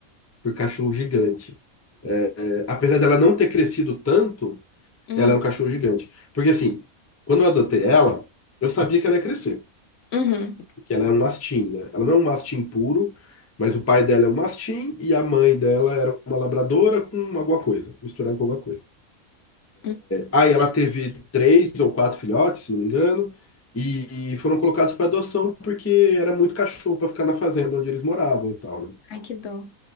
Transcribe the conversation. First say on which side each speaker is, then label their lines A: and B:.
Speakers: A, on the left; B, on the left.
A: por cachorro gigante. É, apesar dela não ter crescido tanto,
B: Hum,
A: ela é um cachorro gigante. Porque assim, quando eu adotei ela, eu sabia que ela ia crescer,
B: uhum,
A: que ela é um mastim, né? Ela não é um mastim puro, mas o pai dela é um mastim e a mãe dela era uma labradora com alguma coisa, misturada com alguma coisa.
B: hum.
A: Aí ela teve três ou quatro filhotes, se não me engano, e foram colocados para adoção porque era muito cachorro para ficar na fazenda onde eles moravam e tal, né?
B: Ai, que dó.